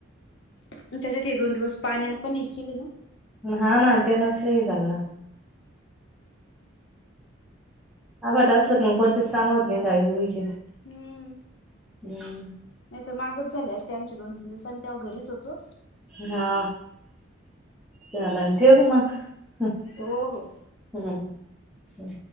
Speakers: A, on the left; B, in the centre.
A: त्याच्यात हे दोन दिवस पाण्याने पण वेचीले.
B: हा ना ते नसल्याही हे झालं ना. ह आट असल मग पण तेस सांभवत नाही दई वचे.
A: हम्म.
B: हम्म.
A: नाही तर मागच झाल्यास का आमचे दोन तीन दिवस आम तेव्हा घरीच होतो.
B: हा. झालं ठेऊ का मग.
A: हो हो.
B: हम ह.